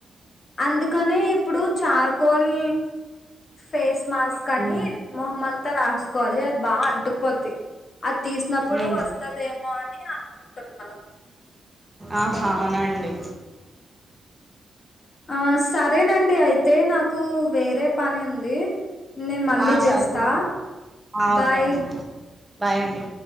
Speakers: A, on the left; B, on the right.
A: అందుకనే ఇప్పుడు చార్కోల్ ఫేస్ మాస్క్ అని
B: ఉమ్
A: మొహంమంతా రాసుకోవాలి అది బాగా అంటుకుపోద్ది అద్ తీసినప్పుడు
B: ఉమ్.
A: వస్తదేమో అని అనుకుంటున్నాను
B: ఆహా అవునండి
A: ఆ సరేనండి అయితే నాకు వేరే పని ఉంది నేన్ మళ్ళీ
B: ఆ
A: చేస్తా
B: సరేనండి ఆ
A: బాయ్
B: ఓకేనండి బాయ్ అండి